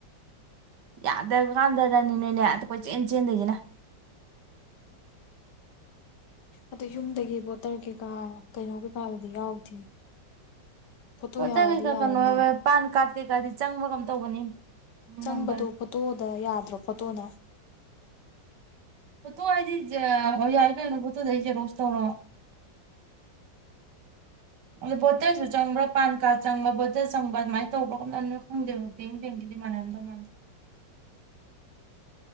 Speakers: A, on the right; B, on the left.
A: ꯌꯥꯗꯕ ꯀꯥꯟꯗꯔꯅꯤ ꯅꯣꯏꯅꯦ ꯑ ꯀꯣꯏ ꯆꯦꯟ ꯆꯦꯟꯗꯣꯏꯁꯤꯅ
B: ꯑꯗ ꯌꯨꯝꯗꯒꯤ ꯕꯣꯠꯇꯔ ꯀꯩꯀꯥ ꯀꯩꯅꯣ ꯀꯩꯀꯥꯗꯤ ꯌꯥꯎꯗꯦ ꯐꯣꯇꯣ
A: ꯕꯣꯇꯔ
B: ꯌꯥꯎꯔꯗꯤ
A: ꯀꯩꯀꯥ
B: ꯌꯥꯔꯝꯅꯤ
A: ꯀꯩꯅꯣ ꯄꯥꯟ ꯀꯥꯔꯠ ꯀꯩꯀꯥꯗꯤ ꯆꯪꯕ ꯀꯝ ꯇꯧꯕꯅꯤ
B: ꯆꯪꯕꯗꯣ
A: ꯅꯝꯕꯔ
B: ꯐꯣꯇꯣꯗ ꯌꯥꯗ꯭ꯔꯣ ꯐꯣꯇꯣꯅ
A: ꯐꯣꯇꯣ ꯍꯥꯏꯗꯤ ꯌꯥꯏ ꯀꯅꯣ ꯐꯣꯇꯣꯗꯩ ꯑꯩ ꯖꯦꯔꯣꯁ ꯇꯧꯔꯣ ꯑꯗꯣ ꯚꯣꯇꯔꯁꯨ ꯆꯪꯕ꯭ꯔꯥ ꯄꯥꯟ ꯀꯥꯔꯠ ꯆꯪꯕ ꯚꯣꯇꯔ ꯆꯪꯕ ꯑꯗꯨꯃꯥꯏꯅ ꯇꯧꯕ꯭ꯔꯒꯅꯣꯏ ꯈꯪꯗꯦꯕ ꯕꯦꯡ ꯕꯦꯡꯒꯤꯗ ꯃꯥꯅꯥꯗ ꯃꯟ